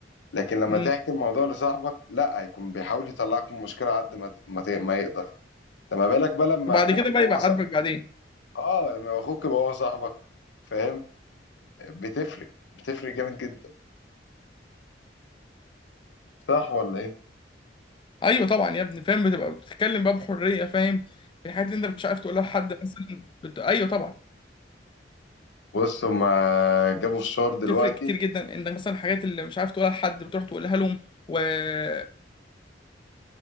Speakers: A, on the left; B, on the left.
A: لكن لما
B: امم
A: تحكي الموضوع لصاحبك لا هيكون بيحاول يطلعك من المشكلة قد ما ما, ت- ما يقدر فما بالك بقى لما
B: وبعد
A: اخوك
B: كده
A: يبقى
B: بقى يبقى
A: هو صاحبك
B: عاجبك بعدين
A: اه لما يبقى اخوك يبقى هو صاحبك فاهم بتفرق بتفرق جامد جدا صح ولا ايه
B: ايوه طبعا يا ابني فاهم بتبقى بتتكلم بقى بحرية فاهم في الحاجات اللي انت مش عارف تقولها لحد مثلا بت... ايوه طبعا
A: بص هما جابوا فشار دلوقتي
B: بتفرق كتير جدا انك مثلا الحاجات اللي مش عارف تقولها لحد بتروح تقولها لهم وكمل